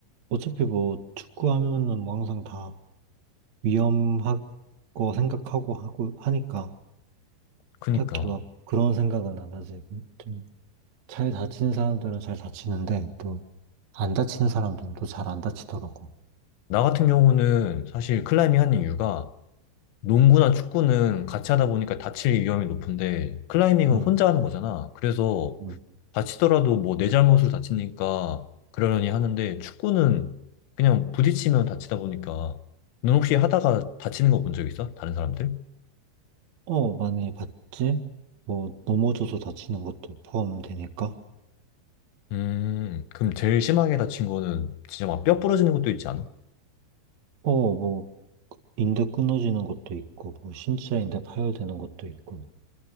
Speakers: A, on the right; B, on the left.
A: 어차피 뭐, 축구하면은 뭐 항상 다 위험하고 생각하고 하고 하니까
B: 그니까
A: 딱히 막 그런 생각은 안 하지. 좀, 잘 다치는 사람들은 잘 다치는데 또, 안 다치는 사람들은 또 잘 안 다치더라고.
B: 나 같은 경우는 사실 클라이밍 하는 이유가 농구나 축구는 같이 하다 보니까 다칠 위험이 높은데 클라이밍은
A: 응,
B: 혼자 하는 거잖아. 그래서
A: 응.
B: 다치더라도 뭐 내 잘못으로 다치니까 그러려니 하는데 축구는 그냥 부딪히면 다치다 보니까 넌 혹시 하다가 다치는 거 본 적 있어? 다른 사람들?
A: 어, 많이 봤지? 뭐, 넘어져서 다치는 것도 포함되니까.
B: 음, 그럼 제일 심하게 다친 거는 진짜 막 뼈 부러지는 것도 있지 않아?
A: 어, 뭐, 인대 끊어지는 것도 있고, 뭐, 신체 인대 파열되는 것도 있고.